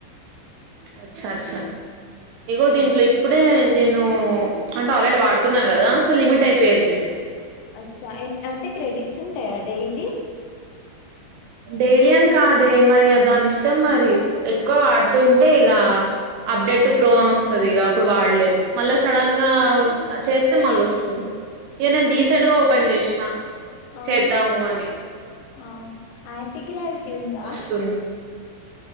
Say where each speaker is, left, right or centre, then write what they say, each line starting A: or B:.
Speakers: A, on the right (about 75°); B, on the left (about 80°).
A: అచ్చా అచ్చా ఇగో
B: ఆ
A: దీంట్లో ఇప్పుడే. నేను అంటే ఆల్రెడీ ఇలా వాడుతున్నా కదా! సో లిమిట్ అయిపోయింది.
B: అచ్చా యన్ అంటే క్రెడిట్స్ ఉంటాయా డైలీ.
A: డైలీ అని కాదే, మరి దాని ఇష్టం మరి ఎక్కువ వాడుతూ ఉంటే ఇగా. అప్డేట్టూ ప్రో అని వస్తది ఇగ ఇప్పుడు వాడలేం మళ్ళా సడన్ గా చేస్తే మళ్ళ వస్తుం. ఏ నేను రీసెంట్ గా ఓపెన్ చేసిన
B: ఆహా
A: చేద్దాము అని.
B: ఆ ఆంటీగ్రావిటీ ఉందా?
A: వస్తుంది